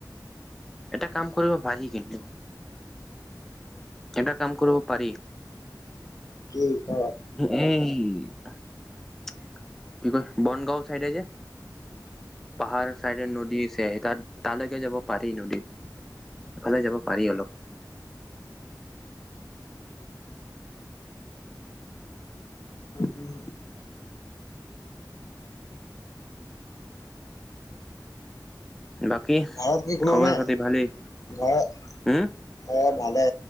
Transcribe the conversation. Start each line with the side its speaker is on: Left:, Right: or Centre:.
Centre: এটা কাম কৰিব ভাহি কিন্তু। এটা কাম কৰিব পাৰি।
Left: কি ক
Centre: এই কি কৈ বনগাঁও চাইডে যে, পাহাৰ চাইডে নদী তাত তালৈকে যাব পাৰি নদীত। সেইফালে যাব পাৰি অলপ।
Left: উম।
Centre: বাকী
Left: ঘৰত কি কোনো
Centre: খবৰ
Left: নাই?
Centre: খাতি ভালেই
Left: ঘ-ঘৰত
Centre: হম
Left: ভালে